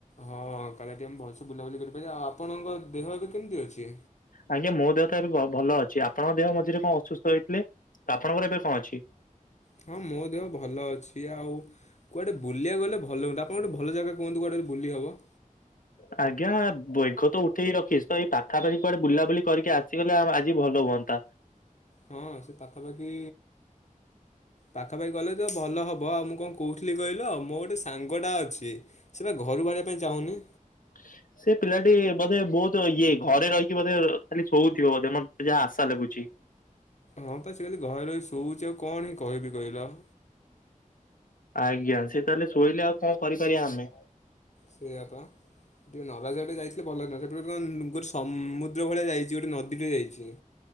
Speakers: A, on the left; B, on the left.
A: ହଁ କାଲିିକ ଆମେ ଭଲସେ ବୁଲାବୁଲି କରିପାରିବା ଆଉ ଆପଣଙ୍କ ଦେହ ଭାଗ କେମିତି ଅଛି।
B: ଆଜ୍ଞା ମୋ ଦେହ ତ ଏବେ ଭଲ ଅଛି ଆପଣଙ୍କ ଦେହ ମଝିରେ କଣ ଅସୁସ୍ଥ ହେଇଥିଲେ ତ ଆପଣଙ୍କର ଏବେ କଣ ଅଛି।
A: ହଁ ମୋ ଦେହ ଭଲ ଅଛି ଆଉ କୁଆଡ଼େ ବୁଲିବାକୁ ଗଲେ ଭଲ ଲାଗୁନି ଆପଣ ଗୋଟେ ଭ ଭଲ ଜାଗା କୁହୁନ୍ତୁ କୁଆଡ଼େ ଗୋ ବୁଲି ହେବ।
B: ହ <inaudible> ଆଜ୍ଞା ବୈଗ ତ ଉଠେଇକି ରଖିସ୍ ତ ଏଇ ପାଖାପାଖି କୁଆଡେ ବୁଲାବୁଲି କରିକି ଆସିଗଲେ ଆଜି ଭଲ ହୁଅନ୍ତା।
A: ହଁ ସେ ପାଖାପାଖି ପାଖାପାଖି ଗଲେ ତ ଭଲ ହବ ଆଉ ମୁଁ କଣ କ କହୁଥିଲି କହିଲ ମୋର ଗୋଟେ ସାଙ୍ଗଟା ଅଛି ସେ ବା ଘରୁ ବାହାରିବା ପାଇଁ ଚାହୁଁନି।
B: <unintelligible> ସେ ପିଲାଟି ବୋଧେ ବହୁତ ଇଏ ଘରେ ରହିକି ବୋଧେ ଖାଲି ଶୋଉଥିବ ବୋଧେ ମତେ ଯାହା ଆଶା ଲାଗୁଛି।
A: ହଁ ବା ସେ କି ଘରେ ବି ଶୋଉଛି ଆଉ କଣ ହିଁ କହିବି କହିଲ।
B: ଆଜ୍ଞା ସେ ତାହେଲେ ଶୋଇଲେ ଆଉ କଣ କରିପାରିବା ଆମେ।
A: ସେଇଆ ପା ଟିକିଏ ନରାଜା ଆଡ଼େ ଯାଇଥିଲେ ଭଲହେଇଥାନ୍ତା ସେଠି ଗୋଟେ କଣ ନୁଙ୍ଗୁ ସମୁଦ୍ର ଭଳିଆ ଯାଇଛି ଗୋଟେ ନଦୀଟେ ଯାଇଛି।